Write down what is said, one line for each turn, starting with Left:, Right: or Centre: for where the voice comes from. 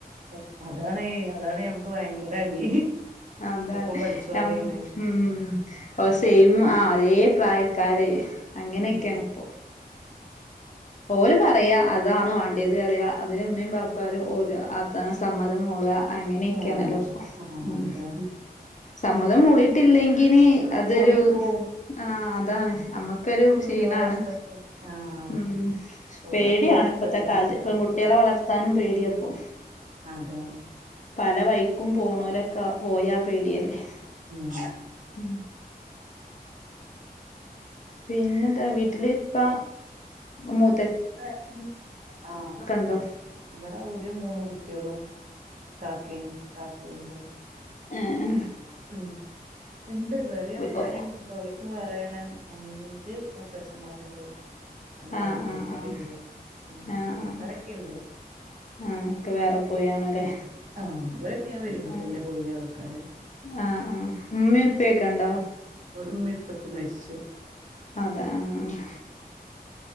Right: അഹ് അതാണ് അതാണ് മ്മുക്ക് ഭയങ്കര അടി
Left: അതാ
Right: ഒപ്പം പഠിച്ചോരെയാണ്
Left: നം ഉം ഒ സെയിം ആ് അതേ പ്രായ കാരെ ഹ് അങ്ങനെയൊക്കെയാണ്
Right: ഉം
Left: പ്പൊ ഓര് പറയാ അതാണ് വാണ്ടിയത് അറിയ അതിന് ഉമ്മീം പാപ്പാരു ഓര അതാ സമ്മതം മൂള അങ്ങനെയൊക്കെയണല്ലോ
Right: ആണോ
Left: പ്പം
Right: ആ
Left: ഉം
Right: അതെ
Left: സമ്മതം മൂളി ഇല്ലെങ്കിന് അതൊരു
Right: ഓല് പോവും
Left: ആ അതാണ് നമ്മുക്കൊരു ക്ഷീണാണ്
Right: ഓല് ഓലെ ഇഷ്ടത്തിന് ആഹ്
Left: ഉം
Right: ഓലപ്പോ
Left: പേടിയാണ്
Right: ഓലെ ഇഷ്ടത്തിന്
Left: ഇപ്പത്തെ കാലത്ത്
Right: ചെയ്യും
Left: ഇപ്പം കുട്ടിളെ വളർത്താനും പേടിയപ്പോ
Right: അതെ
Left: പല വൈക്കും പോണോല് ക പോയാ പേടിയല്ലേ
Right: ഉം
Left: ഉം പിന്നെന്താ വീട്ടില് ഇപ്പ മു
Right: <unintelligible> ആ
Left: ഉണ്ടോ
Right: ഇവിടെ ഒരു മൂന്ന് കുട്ടിളും കാക്കേം താതേം ണ്ട്
Left: എ ഹെ
Right: ഉം ഇണ്ട് വേറെ
Left: ഏഹ്
Right: ആൾക്കാര്ണ്ട് ഒലയ്ക്കും വേറെയാണ് അഞ്ജ് ര് മൂത്തച്ഛന്മാരുണ്ട് രണ്ട്
Left: ആഹ്
Right: നാത്തൂന്മാരുണ്ട്
Left: ആഹ് ആഹ്
Right: ഉം
Left: ആ
Right: ആൾക്കാരൊക്കെ
Left: ആ്
Right: ഇണ്ട്
Left: ആഹ് ക്കെ വേറെ പോയാണല്ലേ
Right: ആഹ് ഒരൊക്കെ ഞാൻ വരുമ്പോ
Left: ആഹ്
Right: തന്നെ പഴയ ആൾക്കാര
Left: ആഹ് ആഹ് ഉമ്മേം ഉപ്പേക്കെണ്ടോ
Right: ഇപ്പറത് മരിച്ചു
Left: അതെ ആഹ്